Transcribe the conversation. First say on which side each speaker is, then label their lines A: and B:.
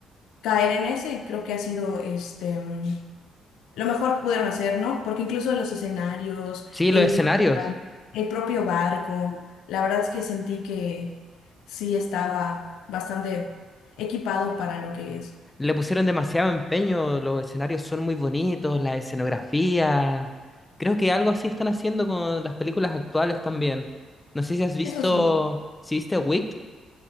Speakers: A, on the left; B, on the left.
A: caer en ese, creo que ha sido este, mm, lo mejor que pudieron hacer, ¿no? Porque incluso los escenarios,
B: Sí,
A: el
B: los escenarios.
A: mar, el propio barco, la verdad es que sentí que sí estaba bastante equipado para lo que es.
B: Le pusieron demasiado empeño. Los escenarios son muy bonitos, la escenografía. Creo que algo así están haciendo con las películas actuales también. No sé si has visto,
A: Eso sí,
B: si viste Wicked,